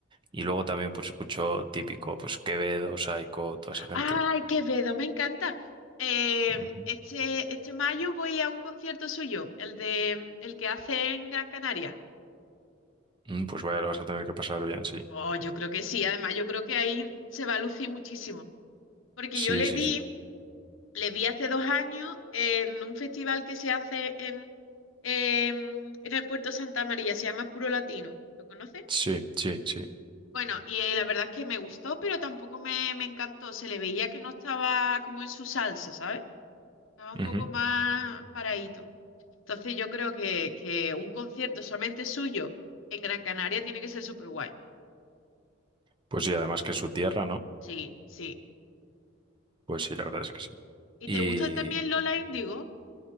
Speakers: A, on the right; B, on the left.
A: Y luego también pues escucho típico, pues Quevedo, Saiko, toda esa gente.
B: Ay, Quevedo, me encanta. Em,
A: Ujú.
B: este, este mayo voy a un concierto suyo, el de el que hace en Gran Canaria.
A: Mm, Pues vaya, lo vas a tener que pasar bien, sí.
B: Oh, yo creo que sí. Además, yo creo que ahí se va a lucir muchísimo. Porque
A: Sí,
B: yo le
A: sí,
B: vi,
A: sí.
B: le vi hace dos años en un festival que se hace en, em, en el Puerto Santa María, se llama Puro Latino. ¿Lo conoces?
A: Sí, sí, sí.
B: Bueno, y, eh, la verdad es que me gustó, pero tampoco me, me encantó. Se le veía que no estaba como en su salsa, ¿sabes? Estaba un
A: Ujú.
B: poco más paradito. Entonces yo creo que, que un concierto solamente suyo en Gran Canaria tiene que ser súper guay.
A: Pues sí, además que es su tierra, ¿no?
B: Sí, sí.
A: Pues sí, la verdad es que sí.
B: ¿Y
A: Y
B: te gusta también Lola Índigo?